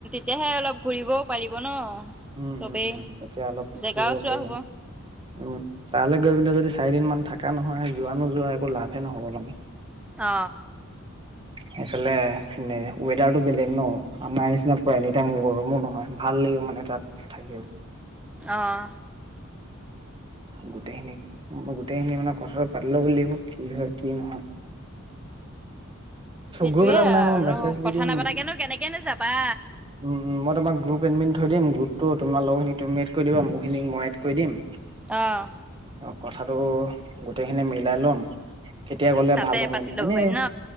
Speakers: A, in the centre; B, on the right.
A: তেতিয়াহে অলপ ঘূৰিবও পাৰিব ন।
B: উম,
A: চবেই
B: উম, উম, তেতিয়া অলপ
A: জেগাও
B: ফুব
A: চোৱা
B: পাৰিব।
A: হ'ব
B: উম তালৈ গৈ পিনে যদি চাৰিদিন মান থকা নহয় যোৱা নো যোৱা একো লাভে নহব মানে।
A: অ।
B: সেইফালে এনে ৱেডাৰটো বেলেগ ন আমাৰ নিচিনা প এনিটাইম গৰমো নহয় ভাল লাগিব মানে তাত থাকেও।
A: আহ।
B: গোটেইখিনি গোটেইখিনি মানে কথা পাতিলে লাগিব কি হয় কি নহয়।
A: সেইটোয়ে
B: গ্ৰুপ এটা বনাই
A: আৰু
B: মই মেছেজ দি
A: কথা
B: দিম
A: নাপাতাকেনো কেনেকেনো যাবা।
B: উম মই তোমাক গ্ৰুপ এডমিন থৈ দিম গ্ৰুতটো তোমাৰ লগৰখিনিক তুমি এড কৰি দা মোৰ খিনিক মই এড কৰি দিম।
A: আহ।
B: কথাাতটো গোটেইখিনি মিলাই লম। কেতিয়া গ'লে
A: তাতে
B: ভাল হ'ব
A: পাতি
B: এনে
A: ল'ব
B: এনেই
A: পাৰিম ন?